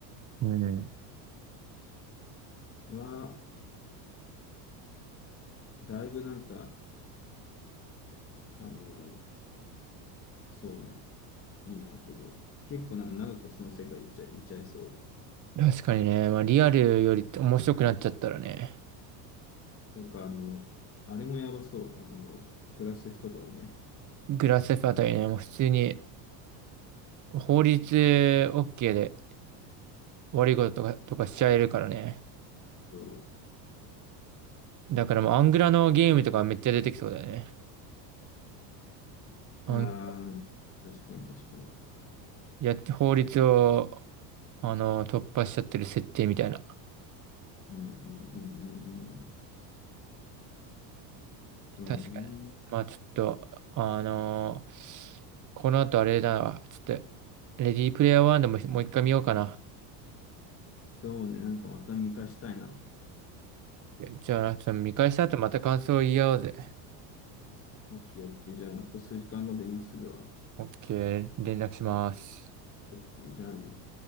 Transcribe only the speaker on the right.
うん。
確かにね、まあリアルより面白くなっちゃったらね、
グラスフあたりね、もう普通に法律 OK で悪いこととか、とかしちゃえるからね。
だからもうアングラのゲームとかめっちゃ出てきそうだよね。アン
やって法律を、あの、突破しちゃってる設定みたいな。
確かに。まあちょっと、あのこの後あれだわ。ちょっと、レディープレイヤー1でももう一回見ようかな。
じゃあ、ちょっと見返した後また感想を言い合おうぜ。
OK、連絡します。